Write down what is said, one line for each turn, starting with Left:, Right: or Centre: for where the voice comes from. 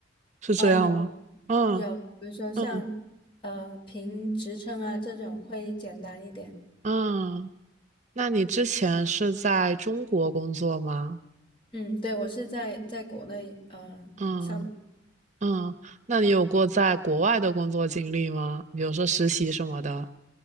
Right: 是这样吗？
Left: 呃，有
Right: 嗯
Left: 有，比如说像
Right: 嗯
Left: 呃评职称啊这种会简单一点。
Right: 嗯，那你之前是在中国工作吗？
Left: 嗯，对，我是在在国内呃上的，
Right: 嗯嗯，那你有过在国外的工作经历吗？比如说实习什么的？